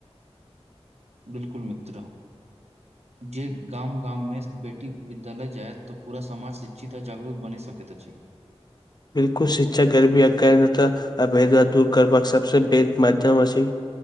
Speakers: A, on the right; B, on the left.
A: बिलकुल मित्र। जे गाम गाममे बेटी विद्यालय जायत तऽ पूरा समाज शिक्षित आ जागरूक बनि सकैत अछि।
B: बिल्कुल शिक्षा गरीबी आ कै नऽ तऽ अभेद्द दूर करबाक सबसँ पैघ माध्यम अछि।